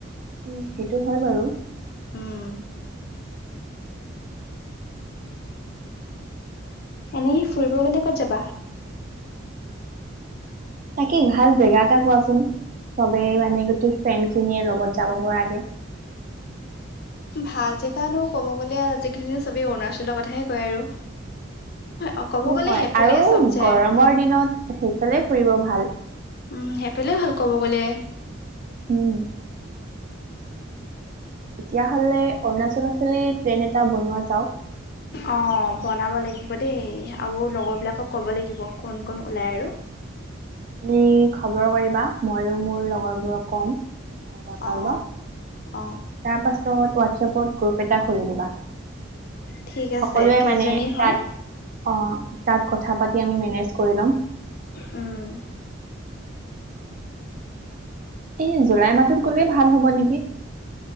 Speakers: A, on the right; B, on the left.
A: উম সেইটো হয় বাৰু।
B: উম এনেই ফুৰিব গলে ক'ত যাবা?
A: তাকেই ভাল জেগা এটা কোৱাচোন? সবেই মানে গোটেই ফ্ৰেণ্ড খিনিয়ে লগত যাব পৰাকে
B: <inaudible> ভাল জেগানো ক'ব গ'লে আজিকালিও চবেই অৰুণাচলৰ কথাহে কয় আৰু। অ ক'ব
A: টো
B: গ'লে
A: হয়
B: সেইফালে
A: আৰু
B: চব যায়
A: গৰমৰ
B: উম
A: দিনত সেইফালে ফুৰিব ভাল।
B: উম সেইফালে ভাল ক'ব গ'লে।
A: উম তেতিয়া হ'লে অৰুণাচল ফালে প্লেন এটা বনোৱা যাওক
B: অ বনাব লাগিব দেই। আৰু লগৰবিলাকক ক'ব লাগিব কোন কোন ওলায় আৰু
A: তুমি খবৰ কৰিবা মইও মোৰ লগৰবোৰক কম কাৰোবাৰ
B: অ
A: কাৰোবাক
B: অ
A: তাৰ পাছত হোৱাটছএপত গ্ৰুপ এটা খুলি দিবা।
B: ঠিক আছে
A: সকলোৱে
B: কেইজনী
A: মানে
B: হয়
A: তাত। অ তাত কথা পাতি আমি মেনেজ কৰি ল'ম।
B: উম
A: এ জুলাই মাহত গ'লেই ভাল হ'ব নেকি।